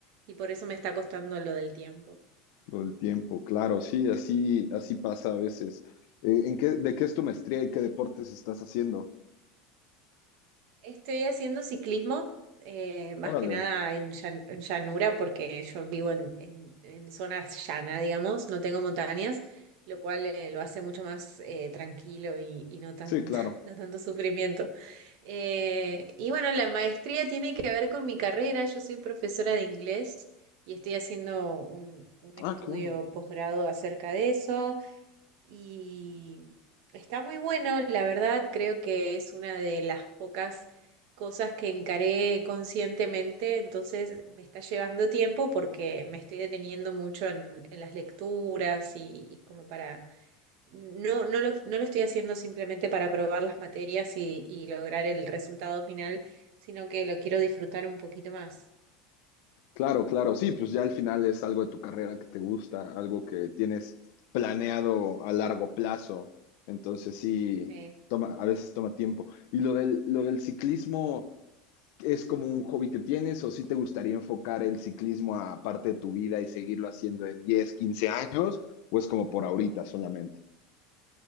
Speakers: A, on the right; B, on the left.
A: y por eso me está costando lo del tiempo.
B: Lo del tiempo, claro, sí, así, así pasa a veces. Eh, ¿en qué, de qué es tu maestría y qué deportes estás haciendo?
A: Estoy haciendo ciclismo, eh, más
B: Órale,
A: que nada en, llan- en llanura, porque yo vivo en, en, en zonas llana, digamos, no tengo montañas, lo cual eh, lo hace mucho más eh, tranquilo y, y no tan,
B: sí,
A: <laughs>
B: claro.
A: no tanto sufrimiento. Eh, y bueno, la maestría tiene que ver con mi carrera, yo soy profesora de inglés y estoy haciendo un, un estudio
B: Ah, qué bueno.
A: posgrado acerca de eso. Y está muy bueno, la verdad, creo que es una de las pocas cosas que encaré conscientemente, entonces me está llevando tiempo porque me estoy deteniendo mucho en, en las lecturas y, y como para, no, no lo, no lo estoy haciendo simplemente para probar las materias y, y lograr el resultado final, sino que lo quiero disfrutar un poquito más.
B: Claro, claro, sí, pues ya al final es algo de tu carrera que te gusta, algo que tienes planeado a largo plazo, entonces sí,
A: eh.
B: toma, a veces toma tiempo. ¿Y lo del, lo del ciclismo es como un hobby que tienes o sí te gustaría enfocar el ciclismo a parte de tu vida y seguirlo haciendo en 10 15 años o es como por ahorita solamente?